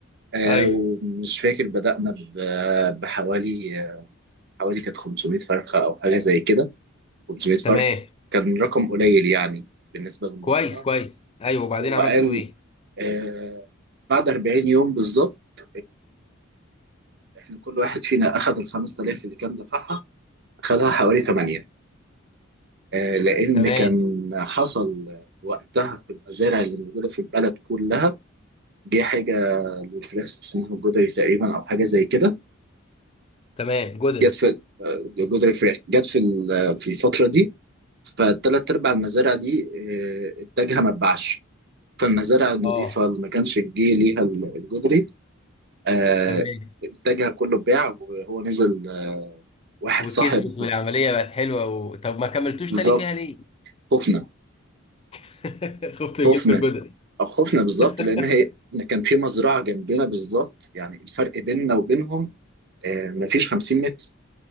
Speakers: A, on the right; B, on the left.
A: آه،
B: ايوه
A: ومش فاكر بدأنا ب- بحوالي حوالي كانت 500 فرخة أو حاجة زي كده 500 فرخة
B: تمام
A: كان رقم قليل يعني بالنسبة للمزرعة
B: كويس كويس ايوه وبعدين
A: هو
B: عملتوا
A: قال
B: ايه
A: آه، بعد 40 يوم بالظبط احنا كل واحد فينا اخذ ال 5000 اللي كان دفعها اخذها حوالي 8 آه، لان
B: تمام
A: كان حصل وقتها في المزارع اللي موجوده في البلد كلها جه حاجه للفراخ اسمها الجدري تقريبا او حاجه زي كده
B: تمام جدري
A: جت في آه، جدري فراخ جت في ال- آه، في الفتره دي فالثلاث ارباع المزارع دي آه، انتاجها ما اتباعش فالمزارع النظيفه
B: اه
A: اللي ما كانش جه ليها ال- الجدري آه،
B: تمام
A: انتاجها كله اتباع وهو نزل آه، واحد
B: وكسبت
A: صاحب
B: والعمليه بقت حلوه و... طب ما كملتوش
A: بالظبط
B: تاني فيها ليه
A: خفنا
B: <laughs> خفت يجيلكوا
A: خفنا
B: الجدري
A: او خفنا بالظبط
B: <laughs>
A: لان هي إن كان في مزرعه جنبنا بالظبط يعني الفرق بيننا وبينهم آه، مفيش 50 متر